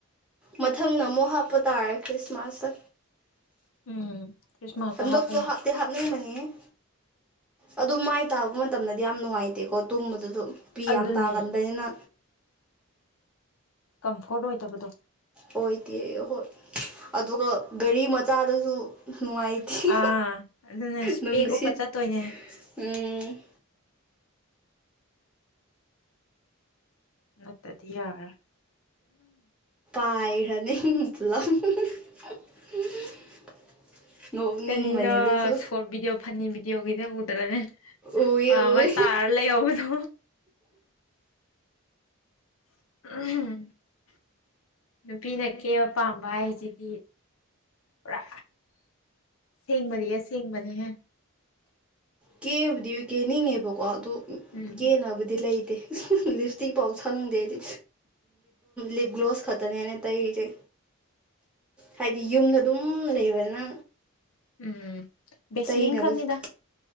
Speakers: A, in the centre; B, on the left.
A: ꯃꯊꯪꯅ ꯑꯃꯨꯛ ꯍꯥꯞꯄ ꯇꯥꯔꯦ ꯈ꯭ꯔꯤꯁꯃꯥꯁꯇ
B: ꯎꯝ ꯈ꯭ꯔꯤꯁꯃꯥꯁ
A: ꯍꯟꯗꯛꯁꯨ
B: ꯍꯥꯄ ꯌꯥꯏ
A: ꯍꯥꯞꯇꯤ ꯍꯥꯞꯅꯤꯡꯕꯅꯤ ꯑꯗꯨ ꯃꯥꯏ ꯇꯥꯕ ꯃꯇꯝꯗꯗꯤ ꯌꯥꯝ ꯅꯨꯡꯉꯥꯏꯇꯦꯀꯣ ꯇꯨꯝꯕꯗ ꯑꯗꯨ ꯄꯤ
B: ꯑꯗꯨꯅꯦ
A: ꯌꯥꯝ ꯇꯥꯒꯟꯕꯅꯤꯅ
B: ꯀꯝꯐꯣꯔꯠ ꯑꯣꯏꯗꯕꯗꯣ
A: ꯑꯣꯏꯗꯦ ꯑꯍꯣꯏ ꯑꯗꯨꯒ ꯒꯥꯔꯤ ꯃꯆꯥꯗꯁꯨ ꯅꯨꯡꯉꯥꯏꯇꯦ
B: ꯑꯥ ꯑꯗꯨꯅ ꯏꯁꯄꯦꯛ
A: ꯅꯨꯡꯁꯤꯠ
B: ꯎꯞꯄ ꯆꯠꯇꯣꯏꯅꯦ
A: <unintelligible>
B: ꯅꯠꯇ꯭ꯔꯗꯤ ꯌꯥꯔꯔꯣꯏ
A: <unintelligible> ꯅꯣꯛꯅꯤꯡꯕꯅꯦ
B: ꯀꯔꯤꯅꯣ
A: ꯑꯗꯨꯨꯁꯨ
B: ꯁꯣꯔꯠ ꯚꯤꯗꯤꯑꯣ ꯐꯅꯤ ꯎꯗ꯭ꯔꯅꯦ <unintelligible>
A: ꯎꯋꯦ
B: ꯄꯥꯝꯃ
A: ꯎꯋꯦ
B: ꯇꯥꯔ ꯂꯩꯍꯧꯕꯗꯣ ꯑ ꯅꯨꯄꯤꯅ ꯀꯦꯕ ꯄꯥꯝꯕ ꯍꯥꯏꯁꯦ ꯄꯨꯔꯥ ꯁꯦꯡꯕꯅꯤ ꯑꯁꯦꯡꯕꯅꯤꯍꯦ
A: ꯀꯦꯕꯨꯗꯤ ꯀꯦꯅꯤꯡꯉꯦꯕꯀꯣ ꯑꯗꯨ
B: ꯎꯝ
A: ꯀꯦꯅꯕꯨꯗꯤ ꯂꯩꯇꯦ ꯂꯤꯞ ꯏꯁꯇꯤꯛ ꯐꯥꯎ ꯁꯪꯗꯦ ꯍꯥꯏꯗꯤ ꯂꯤꯞ ꯒ꯭ꯂꯣꯁ ꯈꯛꯇꯅꯦꯅ ꯇꯩꯔꯤꯁꯦ ꯈꯛꯇꯅꯦ ꯑꯩꯅ ꯇꯩꯔꯤꯁꯦ ꯍꯥꯏꯗꯤ ꯌꯨꯝꯗ ꯑꯗꯨꯝ ꯂꯩꯕꯅ
B: ꯎꯝ ꯕꯦꯁꯂꯤꯟ
A: ꯇꯩꯅꯕꯁꯨ
B: ꯈꯪꯅꯤꯗ